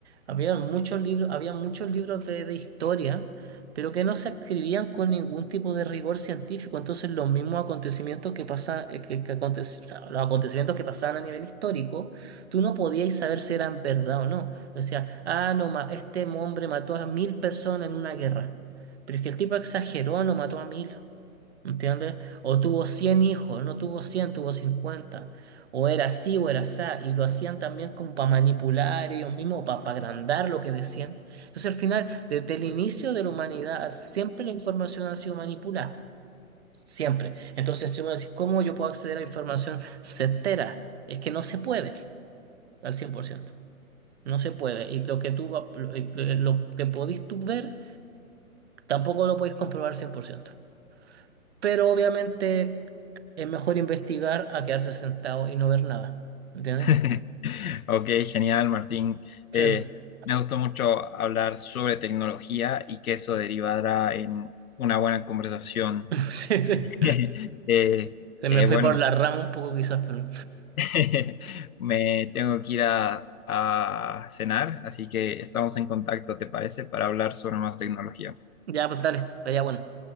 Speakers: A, on the right; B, on the left.
A: había muchos libros, había muchos libros de, de historia, pero que no se escribían con ningún tipo de rigor científico. Entonces, los mismos acontecimientos que pasaban, que, que acontec- o sea, los acontecimientos que pasaban a nivel histórico, tú no podías saber si eran verdad o no. Decía, ah, no, ma- este hombre mató a mil personas en una guerra. Pero es que el tipo exageró, no mató a mil. ¿Entiendes? O tuvo 100 hijos, no tuvo cien tuvo cincuenta O era así o era así. Y lo hacían también como para manipular ellos mismos, para, agrandar lo que decían. Entonces, al final, desde el inicio de la humanidad, siempre la información ha sido manipulada. Siempre. Entonces, si me decís, ¿cómo yo puedo acceder a información certera? Es que no se puede al cien por ciento No se puede. Y lo que tú, va- lo, eh, lo que podís tú ver, tampoco lo podéis comprobar cien por ciento pero obviamente es mejor investigar a quedarse sentado y no ver nada. ¿Entiendes?
B: <laughs> Ok, genial, Martín.
A: Sí.
B: Eh,
A: <laughs>
B: me gustó mucho hablar sobre tecnología y que eso derivará en una buena conversación.
A: Sí, sí.
B: <laughs> Eh,
A: Se
B: eh,
A: me fue
B: bueno,
A: por la rama un poco quizás, pero
B: <laughs> me tengo que ir a, a cenar, así que estamos en contacto, ¿te parece? Para hablar sobre más tecnología.
A: ya, pues dale, está ya bueno.